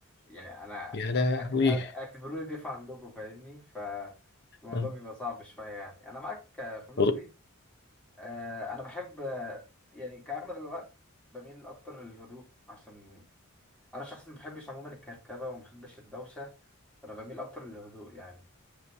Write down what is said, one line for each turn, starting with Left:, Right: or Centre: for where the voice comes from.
Centre: يعني انا
Left: يا
Centre: أ- أ-
Left: لهوي
Centre: اعتبروني ضيف عندكم فاهمني فالموضوع
Left: آه.
Centre: بيبقى صعب شويه يعني انا معاك آه، في النقطه
Left: وط-
Centre: دي آه، انا بحب آه، يعني كاغلب الوقت بميل اكتر للهدوء عشان انا شخص ما بحبش عموما الكركبه وما بحبش الدوشه فانا بميل اكتر للهدوء يعني